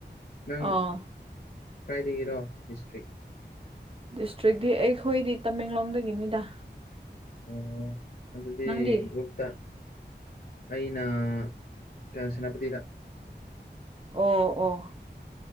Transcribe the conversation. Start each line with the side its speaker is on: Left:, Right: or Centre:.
Left: ꯅꯪ
Right: ꯑꯥ
Left: ꯅꯪ ꯀꯥꯏꯗꯒꯤꯔꯣ ꯗꯤꯁꯇ꯭ꯔꯤꯛ꯫
Right: ꯗꯤꯁꯇ꯭ꯔꯤꯛꯗꯤ ꯑꯩꯈꯣꯏꯗꯤ ꯇꯃꯦꯡꯂꯣꯡꯗꯒꯤꯅꯤꯗ꯫
Left: ꯑꯣ ꯑꯗꯨꯗꯤ
Right: ꯅꯪꯗꯤ
Left: ꯒꯨ꯭ꯔꯞ ꯇ ꯑꯩꯅ ꯀ ꯁꯦꯅꯥꯄꯇꯤꯗ
Right: ꯑꯣ ꯑꯣ